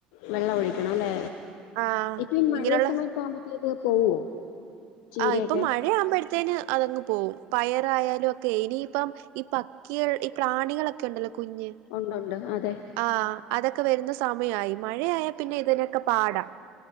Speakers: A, on the left; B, on the right.
A: വെള്ളം ഒഴിക്കണം അല്ലേ.
B: ആഹ്
A: ഇപ്പ ഈ മഴ
B: ഇങ്ങനെയുള്ള
A: സമയത്ത് ആകുമ്പോത്തേക്ക് പോവോ? ചീരയൊക്കെ
B: ആ ഇപ്പൊ മഴയാമ്പോഴ്ത്തേന് അതങ്ങ് പോവും. പയറായാലും ഒക്കെ ഇനിയിപ്പം ഈ പക്കികൾ ഈ പ്രാണികളൊക്കെ ഉണ്ടല്ലോ കുഞ്ഞ്
A: ഉണ്ടുണ്ട് അതെ
B: ആഹ് അതൊക്കെ വര്ന്ന സമയായി. മഴയായാ പിന്നെ ഇതിനൊക്കെ പാടാ